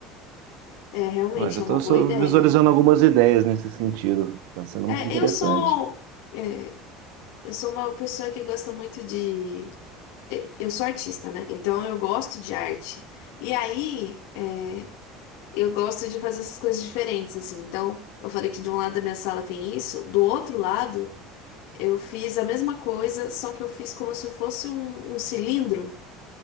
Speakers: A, on the left; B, on the right.
A: É, realmente
B: Ó, já
A: é
B: estou
A: uma boa ideia.
B: visualizando algumas ideias nesse sentido. Está sendo
A: É,
B: muito interessante.
A: eu sou, é, eu sou uma pessoa que gosta muito de. e- Eu sou artista, né? Então eu gosto de arte. E aí, é, eu gosto de fazer essas coisas diferentes, assim. Então, eu falei que de um lado da minha sala tem isso, do outro lado, eu fiz a mesma coisa, só que eu fiz como se fosse um um cilindro.